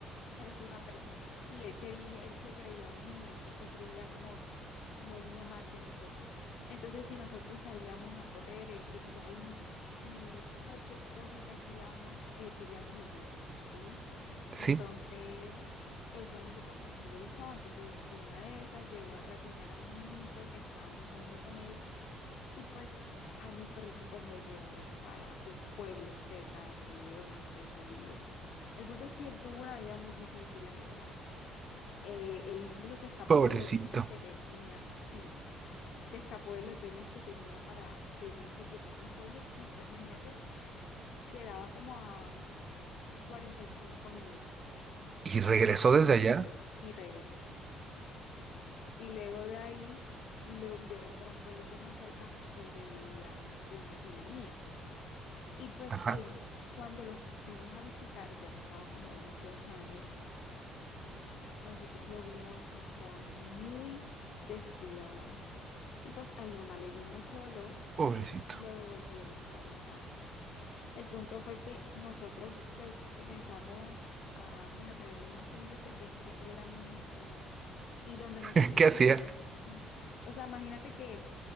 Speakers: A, on the left (about 65°); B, on the right (about 30°).
A: parecía una persona y él quería, él se creía un niño, él se creía como, como uno más de nosotras. Entonces, si nosotros salíamos a correr, él quería ir, si cualquier cosa que hacíamos, él quería hacerlo, ¿sí?
B: Sí,
A: Entonces, eso a mi papá pues no le gustaba, entonces en una de esas llegó a rasguñar a un niñito que estábamos jugando con él y pues a mi perrito pues lo llevaron para un pueblo cerca de aquí de donde pues yo vivo. El punto es que él tuvo una vida muy difícil, en verdad. Eh, él incluso se escapó
B: pobrecito.
A: de los dueños que tenía, sí, se escapó de los dueños que tenía para venirse aquí. O sea, es un pueblo súper, imagínate, quedaba como a 45 minutos,
B: Y
A: cuarenta
B: regresó
A: y cinco
B: desde
A: minutos
B: allá.
A: y regresó. Y luego de ahí lo enviaron para un pueblito más cerca donde vivía una tía mía. Y pues
B: Ajá,
A: él, cuando lo fuimos a visitar, ya ha pasado como unos dos años, Nosotros lo vimos y estaba muy descuidado. Y pues a mi mamá le dio mucho dolor
B: pobrecito.
A: y lo devolvieron para la casa. El punto fue que nosotros pues comenzamos a, pues, a tenerle más paciencia porque es que él era muy ingenioso. Y donde
B: <laughs>
A: nosotros
B: ¿Qué hacía?
A: queríamos, ir- o sea, imagínate que